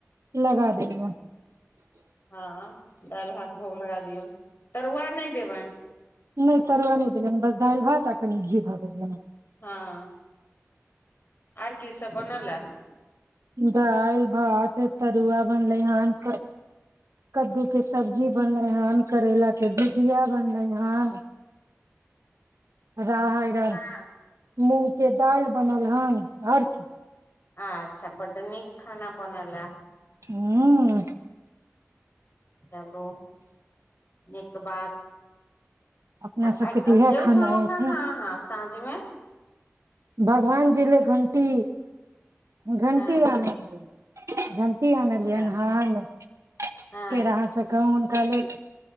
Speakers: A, on the right (about 85°); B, on the left (about 45°).
A: लगा देबन
B: हँ दालि भात भोग लगा दियौन तरुआ नै देबनि
A: नै तरुआ नै देबैन बस दालि भात आ कनि घी धऽ देलियै हँ
B: हँ आर की सब बनला
A: दाइल भात तरुआ बनलै हन कद्दू के सब्जी बनलैे हन करैला के भुजिया बनलै हन <inaudible> राहैर
B: हँ,
A: मूग के दालि बनल हन आओर की
B: आच्छा बड नीक खाना बनलए
A: उँ
B: चलू नीक बात
A: अपना
B: आ
A: सबके
B: आइक
A: तऽ इएह
B: गेल
A: खाना
B: छलौं हें
A: अछि
B: कहाँ
A: ने
B: साँझ मे
A: भगवान जी ले घंटी घंटी
B: हँ
A: आनलिय घंटी
B: अच्छा
A: आनलियै हन फेर
B: हँ
A: अहाँसब कहू हुनका लेल